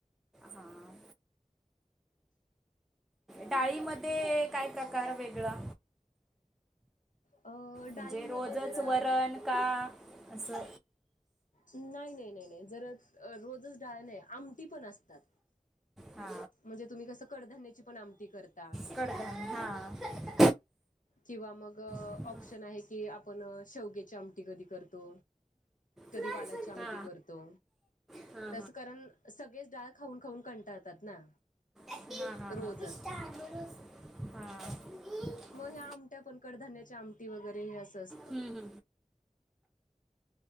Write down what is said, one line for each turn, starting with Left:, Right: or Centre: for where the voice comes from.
Centre: हां डाळीमध्ये काय प्रकार वेगळा.
Left: अ डाळीमध्ये
Centre: म्हणजे रोजच
Left: जर
Centre: वरण का असं.
Left: नाही नाही नाही नाही जर रोजच डाळ नाही आमटी पण असतात.
Centre: हा
Left: म्हणजे तुम्ही कसं कडधान्याची पण आमती करता.
Centre: <unintelligible>
Left: किंवा मग ऑप्शन
Centre: हम्म.
Left: आहे की आपण शेवग्याची आमटी कधी करतो. कधी
Centre: हा
Left: वालाची
Centre: हा
Left: आमटी
Centre: हा
Left: करतो
Centre: हा हा
Left: तसं कारण सगळेच डाळ खाऊन खाऊन कंटाळतात ना
Centre: हा
Left: रोजच.
Centre: हा हा हा. <unintelligible>
Left: त्या आमट्या पण कडधान्याच्या आमटी वगैरे हे असं असतं.
Centre: हम्म, हम्म.